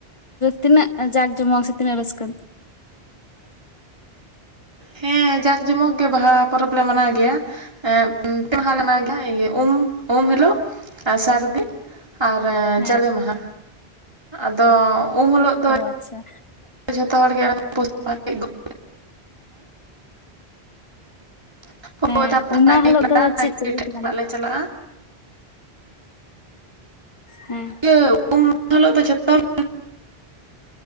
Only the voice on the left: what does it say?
ᱛᱤᱱᱟᱹᱜ ᱡᱟᱠ ᱡᱚᱢᱚᱜ ᱥᱮ ᱛᱤᱱᱟᱹᱜ ᱨᱟᱹᱥᱠᱟᱹ
ᱦᱮᱸ
ᱚ ᱟᱪᱪᱷᱟ
ᱦᱮᱸ ᱩᱢ ᱢᱟᱦᱟ
ᱦᱤᱞᱳᱜ ᱫᱚ ᱪᱮᱫ ᱪᱮᱫ ᱠᱚᱯᱮ ᱠᱟᱹᱢᱤ
ᱦᱮᱸ